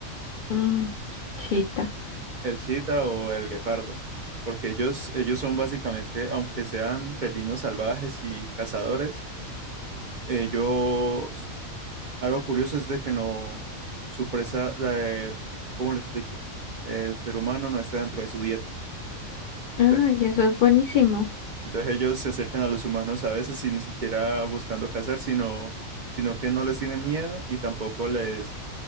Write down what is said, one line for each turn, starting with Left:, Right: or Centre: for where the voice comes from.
Left: Mm, chita.
Right: el, el chita o el guepardo. Porque ellos, ellos son básicamente, aunque sean felinos salvajes y cazadores, Ellos, algo curioso es de que no, su presa, eh, ¿cómo lo explico? El ser humano no está dentro de su dieta. Entonces,
Left: Ay, eso es buenísimo.
Right: entonces ellos se acercan a los humanos a veces y ni siquiera buscando cazar, sino, sino que no les tienen miedo y tampoco les